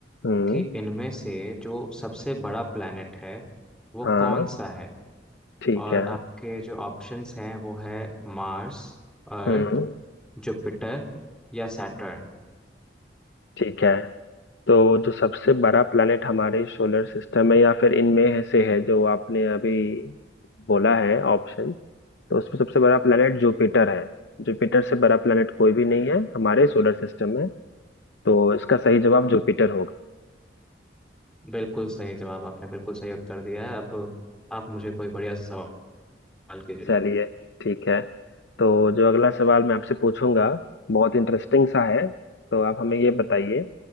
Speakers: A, on the left; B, in the centre.
A: हम्म
B: कि इनमें से जो सबसे बड़ा प्लैनेट है वो
A: हाँ
B: कौन सा है
A: ठीक
B: और
A: है
B: आपके जो ऑप्शंस हैं वो है मार्स अर्थ
A: हम्म
B: जुपिटर या सैटर्न
A: ठीक है तो जो सबसे बड़ा प्लैनेट हमारे सोलर सिस्टम में या फिर इनमें है- से है जो आपने अभी बोला है ऑप्शन तो उसमें सबसे बड़ा प्लैनेट जुपिटर है जुपिटर से बड़ा प्लैनेट कोई भी नहीं है हमारे सोलर सिस्टम में तो इसका सही जवाब जुपिटर होगा
B: बिल्कुल सही जवाब आपने बिल्कुल सही उत्तर दिया है अब आप मुझे कोई बढ़िया सा सवाल कीजिए
A: चलिए ठीक है तो जो अगला सवाल मैं आपसे पूछूंगा बहुत इंटरेस्टिंग सा है तो आप हमें ये बताइए